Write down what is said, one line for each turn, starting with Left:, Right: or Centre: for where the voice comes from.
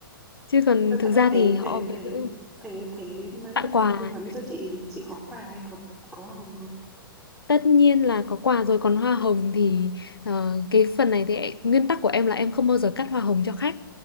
Left: chứ còn thực
Centre: ơ,
Left: ra
Centre: thế
Left: thì họ
Centre: thế thế thế
Left: ví dụ
Centre: thế thế mai mốt
Left: tặng quà
Centre: em tư vấn cho chị chị có quà hay có có hồng không?
Left: Tất nhiên là có quà rồi còn hoa hồng thì ờ, cái phần này thì em- nguyên tắc của em là em không bao giờ cắt hoa hồng cho khách